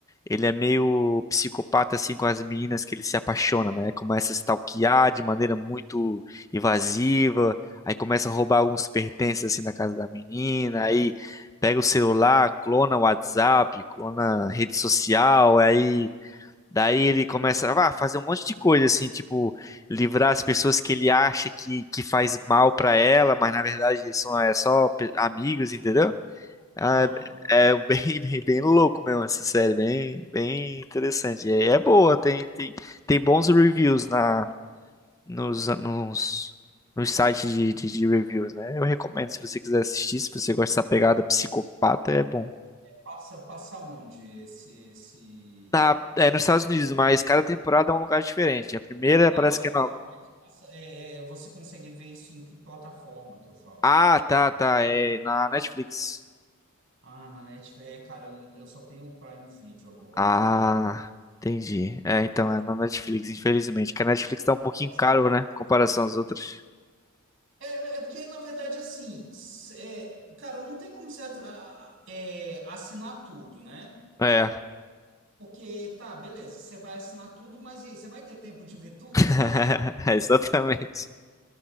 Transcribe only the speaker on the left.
Ele é meio psicopata assim com as meninas que ele se apaixona, né? Começa a stalkear de maneira muito invasiva, aí começa a roubar alguns pertences assim na casa da menina, aí pega o celular, clona o WhatsApp, clona a rede social, aí daí ele começa a ah, fazer um monte de coisa assim, tipo livrar as pessoas que ele acha que, que faz mal pra ela, mas na verdade são é só pe- amigos, entendeu? Ah,
é é bem, <laughs> bem, bem louco mesmo essa série, bem, bem interessante. E aí é boa, tem, tem, tem bons reviews na, nos, nos, nos sites de, de, de reviews, né? Eu recomendo se você quiser assistir, se você gosta dessa pegada psicopata, é bom.
Na, é nos Estados Unidos, mas cada temporada é um lugar diferente. A primeira
parece
que é na...
Ah, tá, tá, é na Netflix.
Ah,
entendi. É, então, é na Netflix, infelizmente, que a Netflix tá um pouquinho
caro,
né? Em comparação às outras.
É.
<laughs>
Exatamente.